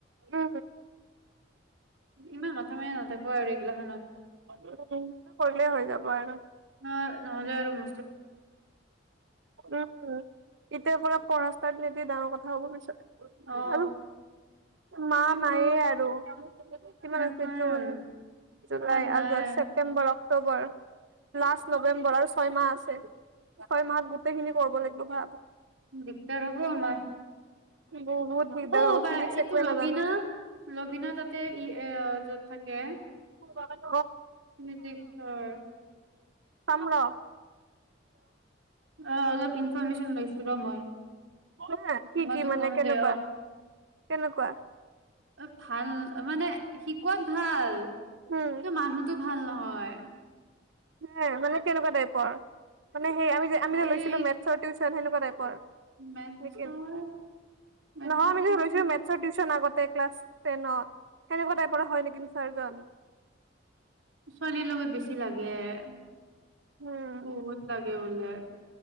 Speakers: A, on the right; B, on the right.
A: উ
B: ইমান মাথা মাৰি নাথাকো আৰু এইগিলাখনত
A: উ হলে হৈ যাব আৰু
B: ন নহলে ম
A: উম ইতিয়াপ ক ৰাস্তা বিলে ডাঙৰ কথা হ'ব পিতে
B: অ
A: আৰু মা
B: সেইটো
A: নায়ে আৰু কিমান
B: এনেকুৱাই
A: আছে জুন
B: আৰু
A: জুলাই
B: ইমান নাই
A: আগষ্ট ছেপ্তেম্বৰক অক্টোবৰ লাষ্ট নৱেম্বৰ আৰু ছয় মাহ আছে ছয় মাহত গোটেই খিনি কৰিব লাগিব ভ
B: দিগদাৰ হব আমাৰ
A: বহুত দিগদাৰ
B: অ
A: হ'ব
B: বা
A: ফিজিক্স
B: এইটো
A: একোৱে
B: লবিনা
A: নাজানো
B: লবিনা তাতে ই এ য'ত থাকে এক
A: <unintelligible>
B: ফিজিক্সৰ
A: চাম্ৰ
B: অ অলপ ইনফৰমেশচন লৈছিলো ৰ মই
A: হা কি
B: মই
A: কি
B: তোক
A: মানে
B: কম
A: কেনেকুৱা
B: দে
A: কেনেকুৱা
B: অ ভাল মানে শিকত ভাল
A: উম
B: মানুহতো ভাল নহয়
A: হ মানে কেনেকুৱা টাইপৰ মানে সেই আমি যে আমি যে
B: এই
A: লৈছিলো মেথছ টউশচন সে ন নাই প <unintelligible>
B: মেথছৰ
A: নক নহয়
B: মেথছৰ
A: আমি
B: টিউচন
A: যে ৰৈছিলো মেথছৰ টিউচন আগতে এতিয়া কালাছ টেনত সেনে কোৱা টাইফৰ হয় নিকি
B: ছোৱালীৰ লগত বেছি লাগে উ
A: উম
B: <inaudible> বহুত লাগে বাল হ